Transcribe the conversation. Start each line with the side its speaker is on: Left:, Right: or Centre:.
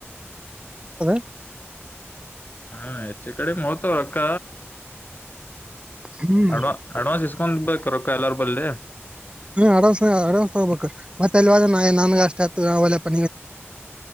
Right: <unintelligible> <unintelligible>
Left: ಹಾ ಹೆಚ ಕಡೆ ಹೋಗುತ್ತಾವ ರೊಕ್ಕ
Right: ಹ್ಮ್
Left: ಅಡ್ವಾ ಅಡ್ವಾನ್ಸ್ ಇಸ್ಕೊಂಡ ಬೆಕ್ ರಕ್ಕ ಎಲ್ಲಾರ್. <unintelligible>
Right: ಅಡ್ವಾನ್ಸ್ ಅಡ್ವಾನ್ಸ್ ತಗೋಬೇಕು ಮತ್ತ <unintelligible> ನನ್ಗೆ ಅಷ್ಟ ಆತ ನಾವೆಲ್ಲ ಪ.